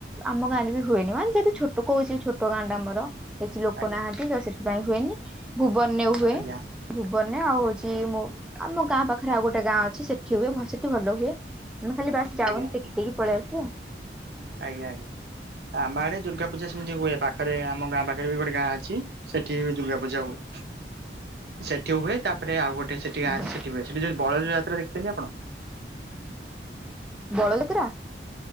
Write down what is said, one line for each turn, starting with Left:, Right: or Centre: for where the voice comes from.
Centre: ଆମ ଗାଁରେ ବି ହୁଏନି ମାନେ ଯଦି ଛୋଟ କହୁଛି ଛୋଟ ଗାଁଟା ଆମର। ବେଶୀ ଲୋକ
Right: ଆଜ୍ଞା
Centre: ନାହାନ୍ତି ତ ସେଥିପାଇଁ ହୁଏନି ଭୁବନରେ ହୁଏ।
Right: ଆଜ୍ଞା
Centre: ଭୁବନରେ ଆଉ ହଉଛି ମୁଁ ଆମ ଗାଁ ପାଖରେ ଆଉ ଗୋଟେ ଗାଁ ଅଛି ସେଠି ହୁଏ ସେଠି ଭଲ ହ ଆମେ ଖାଲି ବାସ ଯାଉ
Right: ଆଜ୍ଞା
Centre: ଦେଖି ଦେଇକି ପଳେଇ ଆସୁ ଆଉ।
Right: ଆଜ୍ଞା, ଆଜ୍ଞା, ଆମ ଆଡ଼େ ଦୁର୍ଗା ପୂଜା ସେମତି ହୁଏ ପାଖରେ ଆମ ଗାଁ ପାଖରେ ବି ଗୋଟେ ଗାଁ ଅଛି ସେଠି ବି ଦୁର୍ଗା ପୂଜା ହୁଏ। ସେଠି ହୁଏ ତାପରେ ଆଉ ଗୋଟେ ସେଠି
Centre: ଆଜ୍ଞା
Right: ଗାଁ ସେଠି ହୁଏ ସେଠି ଯୋଉ ବଳଦ ଯାତ୍ରା ଦେଖିଛନ୍ତି ଆପଣ
Centre: ବଳଦ ଯାତ୍ରା